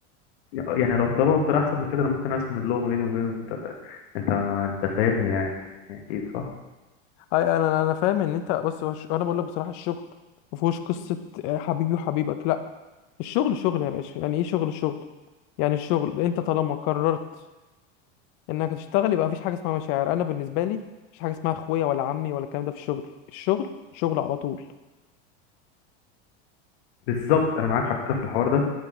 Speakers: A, on the left; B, on the left.
A: يعني لو طلبها بطريقة أحسن من كده أنا ممكن أقسم اللوم ما بيني وبينه أنت فا- أنت ما- أنت فاهمني يعني أكيد صح
B: أي- انا انا فاهم ان انت بص هو الش- انا بقول لك بصراحة الشغل مفهوش قصة آه، حبيبي وحبيبك لا الشغل شغل يا باشا يعني ايه شغل شغل يعني الشغل انت طالما قررت انك تشتغل يبقى مفيش حاجه اسمها مشاعر انا بالنسبه لي مفيش حاجه اسمها اخويا ولا عمي ولا الكلام ده في الشغل الشغل شغل على طول
A: بالظبط أنا معاك على فكرة في الحوار ده